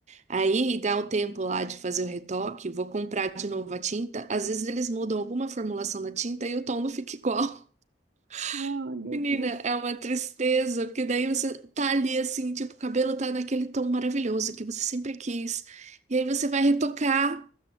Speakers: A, on the right; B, on the right.
A: Aí dá o tempo lá de fazer o retoque, vou comprar de novo a tinta. Às vezes eles mudam alguma formulação da tinta e o tom não fica igual.
B: Ai,
A: <laughs>
B: meu
A: Menina,
B: Deus.
A: é uma tristeza, porque daí você tá ali assim, tipo, o cabelo tá naquele tom maravilhoso que você sempre quis. E aí você vai retocar.